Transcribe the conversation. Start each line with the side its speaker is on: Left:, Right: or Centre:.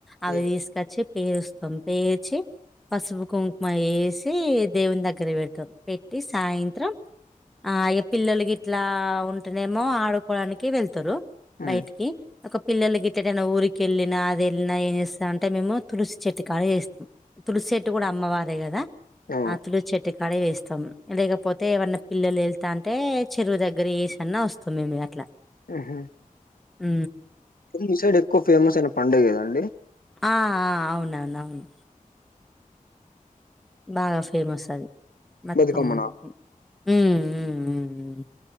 Centre: అవి
Left: ఉమ్
Centre: తీసుకొచ్చి పేరుస్తాం పేరు వచ్చి పసుపు కుంకుమ వేసి దేవుని దగ్గర పెడుత తాం పెట్టి సాయంత్రం ఆ ఇగ పిల్లలకి ఇట్లా ఉంటేనేమో ఆడుకోడానికి వెళ్తారు
Left: ఉమ్
Centre: బయిటికి ఒక పిల్లలు ఇట్లా గేనా ఊరిక వెళ్ళినా అది వెళ్ళినా ఏం చేస్తా అంటే మేము తులసి చెట్టుకాడా చేస్ తులసి చెట్టు కూడా అమ్మవారే కదా
Left: ఆ
Centre: అతులు చెట్టుకాడ వేస్తాం లేకపోతే ఏవన్నా పిల్లలు వెళ్తా అంటే చెరువు దగ్గర వేసన్నా వస్ తోమి ఎనిమి గంట్ల
Left: ఆహా
Centre: ఉ
Left: ఈ సైడ్ ఎక్కు ఫేమస్ అయిన పండుగ ఏదండి
Centre: ఆ అవునను అవును బాగా ఫేమస్ అది బతుకమ్మ
Left: బతుకమ్మనా
Centre: మాకు ఉ ఉ ఉ